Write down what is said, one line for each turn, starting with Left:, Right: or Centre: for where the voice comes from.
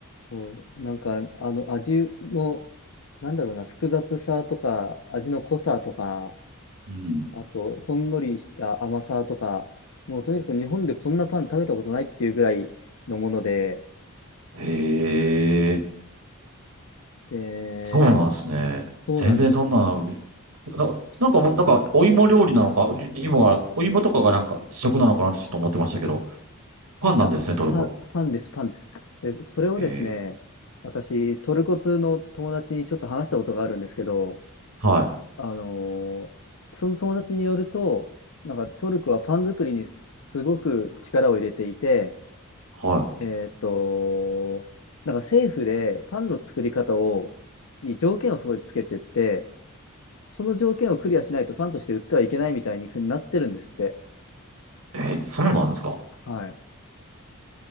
Left: もう、なんか、あの、味の、なんだろうな、複雑さとか、味の濃さとか、
Right: うん。
Left: あと、ほんのりした甘さとか、もう、とにかく日本でこんなパン食べたことないっていうぐらいのもので、
Right: へえ。
Left: で、
Right: そうなんですね。
Left: そうなんです。
Right: 全然そんなの、な、なんかもう、なんか、お芋料理なのか、り芋が、お芋とかがなんか主食なのかなってちょっと思ってましたけど、パンなんですね、
Left: いや、
Right: トルコ。
Left: パン、パンです、パンです。で、これをですね、
Right: え
Left: 私、トルコ通の友達にちょっと話したことがあるんですけど、
Right: ー、はい、
Left: あのーその友達によると、なんかトルコはパン作りにすごく力を入れていて、
Right: は
Left: えーっと、なんか政府でパンの作り方を、に条件をすごいつけてって、その条件をクリアしないとパンとして売ってはいけないみたいにふうになってるんですって。
Right: い。えー、そうなんですか。
Left: はい。